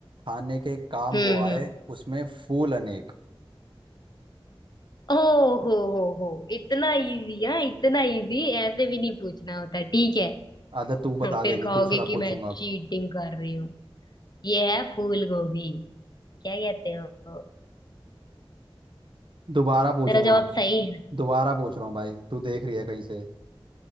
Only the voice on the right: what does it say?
खाने के काम
वो आए
उसमें फूल अनेक
अच्छा तू बता
देगी
दूसरा
पूछूंगा
अब
दोबारा पूछूंगा
दोबारा पूछ रहा हूँ भाई तू देख रही है कहीं से